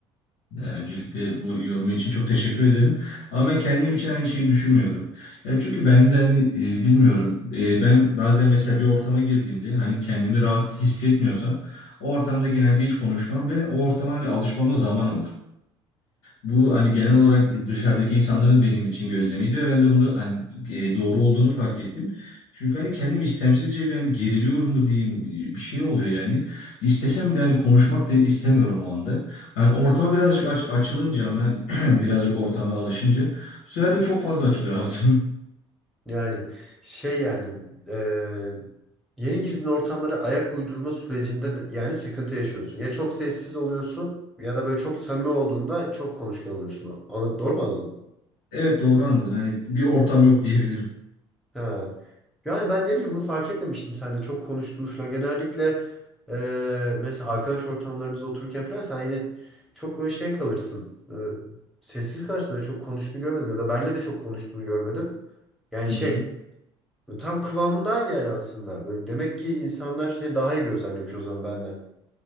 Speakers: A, on the left; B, in the centre.
A: Ya, Öncelikle bu yorumu için çok teşekkür ederim. Ama ben kendim için aynı şeyi düşünmüyorum. Ya çünkü ben de hani e, bilmiyorum. E, ben bazen mesela bir ortama girdiğimde hani kendimi rahat hissetmiyorsam o ortamda genelde hiç konuşmam ve o ortama hani alışmam da zaman alır. Bu hani genel olarak e, dışarıdaki insanların benim için gözlemiydi ve ben de bunu hani e, doğru olduğunu fark ettim. Çünkü hani kendim istemsizce bir hani geriliyorum mu diyeyim e, bir şey oluyor yani. İstesem bile hani konuşmak da istemiyorum o anda. Hani ortama birazcık aç- açılınca ama hani <clears throat> birazcık ortama alışınca bu sefer de çok fazla açılıyor ağzım. <laughs>
B: Yani şey yani eee, yeni girdiğin ortamlara ayak uydurma sürecinde de- yani sıkıntı yaşıyorsun. Ya çok sessiz oluyorsun ya da böyle çok samimi olduğunda çok konuşkan oluyorsun. Ana- doğru mu anladım?
A: Evet doğru anladın. Hani bir ortam yok diyebilirim.
B: Ha. Yani ben ne bileyim bunu fark etmemiştim sen de çok konuştuğunu falan. Genellikle eee, mesela arkadaş ortamlarımızda otururken falan sen yine çok böyle şey kalırsın. Eee, sessiz kalırsın öyle çok konuştuğunu görmedim ya da benle de çok konuştuğunu görmedim. Yani
A: Hı
B: şey
A: hı.
B: Böyle Tam kıvamındaydı yani aslında. Böyle demek ki insanlar seni daha iyi gözlemlemiş o zaman benden.